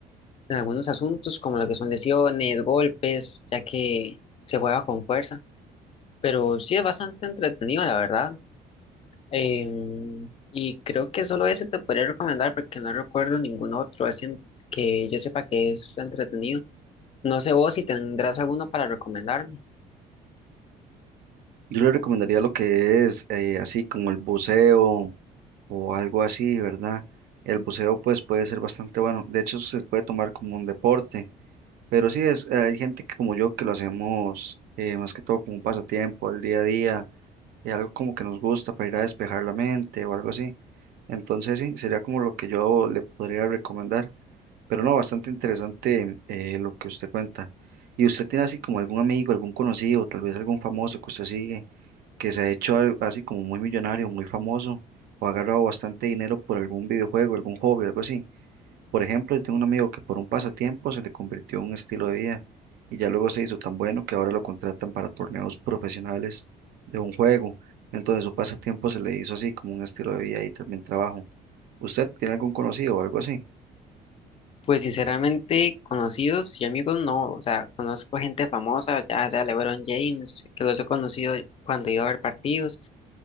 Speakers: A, on the left; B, on the right.
A: en algunos asuntos, como lo que son lesiones, golpes, ya que se juega con fuerza. Pero sí es bastante entretenido, la verdad. Em, y creo que solo ese te podría recomendar, porque no recuerdo ningún otro, así en- que yo sepa que es entretenido. No sé vos si tendrás alguno para recomendar.
B: Yo le recomendaría lo que es eh, así como el buceo o algo así, ¿verdad? El buceo pues puede ser bastante bueno. De hecho, se puede tomar como un deporte, pero sí es, hay gente que como yo que lo hacemos eh, más que todo como un pasatiempo, el día a día y algo como que nos gusta para ir a despejar la mente o algo así. Entonces sí, sería como lo que yo le podría recomendar. Pero no, bastante interesante eh, lo que usted cuenta. ¿Y usted tiene así como algún amigo, algún conocido, tal vez algún famoso que usted sigue, que se ha hecho al- así como muy millonario, muy famoso, o ha agarrado bastante dinero por algún videojuego, algún hobby, algo así? Por ejemplo, yo tengo un amigo que por un pasatiempo se le convirtió en un estilo de vida y ya luego se hizo tan bueno que ahora lo contratan para torneos profesionales de un juego. Entonces su pasatiempo se le hizo así como un estilo de vida y también trabajo. ¿Usted tiene algún conocido o algo así?
A: Pues sinceramente, conocidos y amigos no, o sea, conozco gente famosa, ya sea LeBron James, que los he conocido cuando iba a ver partidos